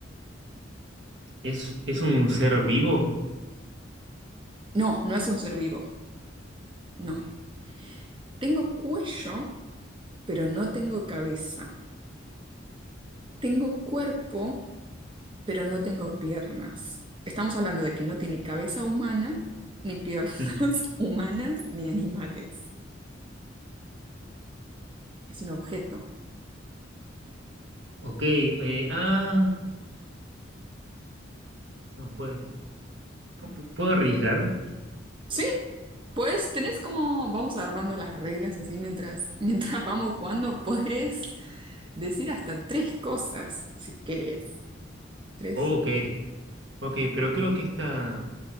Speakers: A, on the right; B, on the right.
A: ¿Es, es un ser vivo?
B: No, no es un ser vivo. No.
A: Ok.
B: Tengo cuello, pero no tengo cabeza. Tengo cuerpo, pero no tengo piernas. Estamos hablando de que no tiene cabeza humana, ni piernas
A: Mm.
B: <laughs> humanas, ni animales. Es un objeto.
A: Ok, eh, ah, no, pues. ¿Pu- ¿Puedo arriesgar?
B: Sí, pues tenés como, vamos armando las reglas así mientras, <laughs> mientras vamos jugando, podés decir hasta tres cosas si querés. Tres.
A: Ok, ok, pero creo que esta,